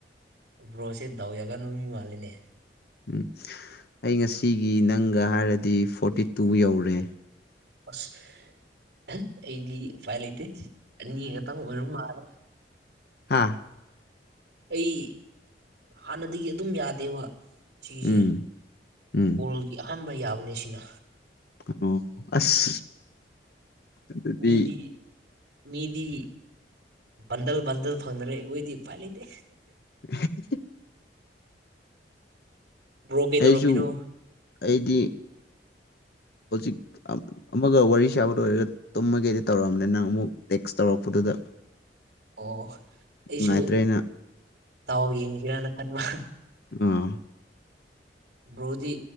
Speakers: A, on the right; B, on the left.
A: ꯕ꯭ꯔꯣꯁꯦ ꯗꯥꯎ ꯌꯥꯒꯟꯕ ꯃꯤ ꯃꯥꯜꯂꯤꯅꯦ
B: ꯎꯝ ꯑꯩ ꯉꯁꯤꯒꯤ ꯅꯪꯒ ꯍꯥꯏꯔꯗꯤ ꯐꯣꯔꯇꯤ ꯇꯨ ꯌꯧꯔꯦ
A: ꯑꯁ ꯑꯍꯥ ꯑꯩꯗꯤ ꯎꯄꯥꯏ ꯂꯩꯇꯦ ꯑꯅꯤ ꯈꯛꯇꯪ ꯑꯣꯏꯔ ꯃꯥꯜꯂꯦ
B: ꯍꯥꯥ
A: ꯑꯩ ꯍꯥꯟꯅꯗꯒꯤ ꯑꯗꯨꯝ ꯌꯥꯗꯦꯕ ꯁꯤꯒꯤꯁꯦ
B: ꯎꯝ ꯎꯝ
A: ꯀꯣꯜꯒꯤ ꯑꯍꯥꯟꯕ ꯌꯥꯕꯅꯦ ꯁꯤꯅ
B: ꯑꯣ ꯑꯁ ꯑꯗꯨꯗꯤ
A: ꯃꯤꯗꯤ ꯃꯤꯗꯤ ꯕꯟꯗꯜ ꯕꯟꯗꯜ ꯐꯪꯅꯔꯦ ꯑꯩꯈꯣꯏꯗꯤ ꯎꯄꯥꯏ ꯂꯩꯇꯦ
B: ꯑꯍꯦꯠ
A: ꯕ꯭ꯔꯣ ꯀꯩꯗꯧꯔꯝꯃꯤꯅꯣ
B: ꯑꯩꯁꯨ ꯑꯩꯗꯤ ꯍꯧꯖꯤꯛ ꯑꯃꯠ ꯑꯃꯒ ꯋꯥꯔꯤ ꯁꯥꯕ ꯂꯣꯏꯔꯒ ꯇꯨꯝꯃꯒꯦꯗꯤ ꯇꯧꯔꯝꯕꯅꯦ ꯅꯪ ꯑꯃꯨꯛ ꯇꯦꯛꯁ ꯇꯧꯔꯛꯄꯗꯨꯗ
A: ꯑꯣ ꯑꯣ ꯑꯩꯁꯨ
B: ꯅꯨꯡꯉꯥꯏꯇ꯭ꯔꯦꯅ
A: ꯇꯥꯎ ꯌꯦꯡꯁꯤꯔꯅ ꯈꯟꯕ
B: ꯑꯎ
A: ꯕ꯭ꯔꯣꯗꯤ